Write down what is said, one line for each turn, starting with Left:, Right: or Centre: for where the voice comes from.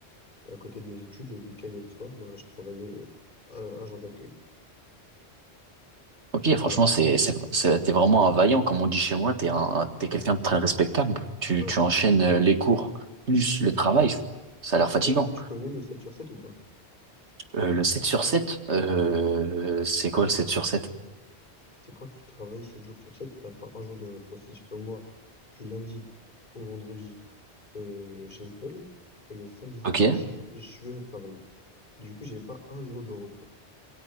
Left: Et à côté de mes études, le week-end et le soir, moi, je travaillais euh, à- agent d'accueil.
Right: Ok, franchement,
Left: Voilà.
Right: c'est, c'est, c'est- t'es vraiment un vaillant, comme on dit chez moi, t'es un, t'es quelqu'un de très respectable. Tu,
Left: Ouais,
Right: tu enchaînes
Left: tu,
Right: euh, les cours, plus
Left: tu connais,
Right: le travail. Ça a l'air
Left: tu
Right: fatigant.
Left: connais, tu connais le 7 sur 7 ou pas?
Right: Euh, le 7 sur 7, euh, c'est quoi le sept sur sept
Left: C'est quand tu travailles 7 jours sur sept t'as pas un jour de repos. C'est-à-dire que moi, du lundi au vendredi, euh, j'ai école et le samedi dimanche,
Right: Ok. Et,
Left: je vais au travail. Du coup, j'ai pas un jour de repos.